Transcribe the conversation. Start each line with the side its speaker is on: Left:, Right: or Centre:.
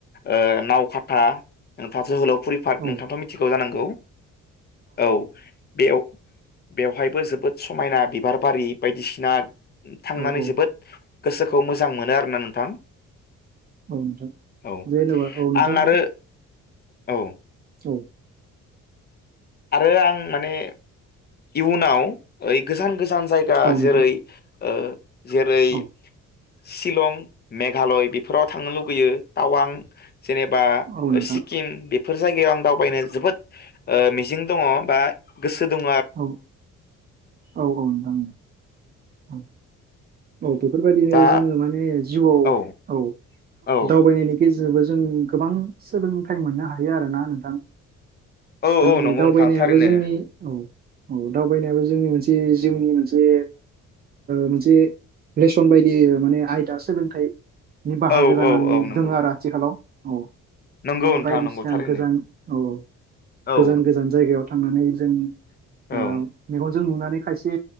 Left: ओ नावखाथा थाब जोहोलाव फुरि पार्क
Right: औ
Left: नोंथांङाथ' मिथिगौ जांनां गौ? औ बेयाव बेवहायबो जोबोद समायना दिप बिबार बारि बायदिसिना थांनानै
Right: औ औ
Left: जोबोद गोसोखौ मोजां मोनो आरोना नोंथां।
Right: औ नोंथां
Left: औ
Right: जेनेबा औ नोंथां
Left: आं आरो औ
Right: औ।
Left: आरो आं माने इयुनाव ओइ गोजान गोजान जायगा
Right: औ नोंथां
Left: जेरै ओ जेरै
Right: औ
Left: शिलं, मेघालय बेफोराव थांनो लुुबैयो टावां जेनेबा
Right: औ नोंथां
Left: सिक्किम बे फोर जायगायाव आं दावबायनो जोबोद ओ मिजिं दंङ बा गोसो दंङ
Right: औ औ औ नोंथां औ। औ बेफोरबायदिनो
Left: दा
Right: जोंङो माने जिउआव
Left: औ
Right: औ
Left: औ
Right: दावबायनायनि गेजेरावबो जों गोबां सोलोंथाइ मोननो हायो आरोना नोंथां
Left: औ
Right: माने
Left: औ नंगौ
Right: दावबायनायाबो
Left: नोंथां थारैनो
Right: जोंनि औ औ दावबायनायाबो जोंनि मोनसे जिउनि मोनसे मोनसे लेसन बायदि माने आयदा सोलोंथाइ बाहागो
Left: औ
Right: जानानै
Left: औ औ नंगौ
Right: दङ आरो आथिखालाव औ माने
Left: नंगौ नोंथां
Right: बायदिसिना
Left: नंगौ थारैनो
Right: गोजान औ गोजान
Left: औ
Right: गोजान जायगायाव थांनानै जों आ
Left: औ
Right: मेगन जों नुनानै खायसे